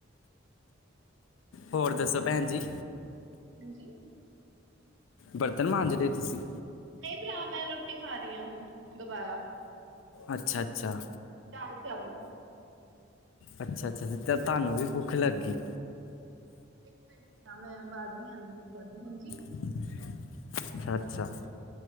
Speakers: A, on the left; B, on the right.
A: ਹੋਰ ਦੱਸੋ ਭੈਣ ਜੀ
B: ਹਾਂਜੀ
A: ਬਰਤਨ ਮਾਂਜਦੇ ਤੁਸੀਂ
B: ਨਹੀਂ ਭਰਾ ਮੈਂ ਰੋਟੀ ਖਾ ਰੀ ਆਂ ਹੁਣ ਦੁਬਾਰਾ
A: ਅੱਛਾ ਅੱਛਾ
B: ਦਾਲ ਚਾਵਲ
A: ਅੱਛਾ ਅੱਛਾ ਤੇ ਤਾਂ ਤੁਹਾਨੂੰ ਵੀ ਭੁੱਖ ਲੱਗੀ
B: ਇੱਕ ਮਿੰਟ ਮੈਂ ਅਵਾਜ ਨੀ ਆਂਦੀ <unintelligible> ਕਰਦੀ ਹਾਂਜੀ
A: <unintelligible> ਅੱਛਾ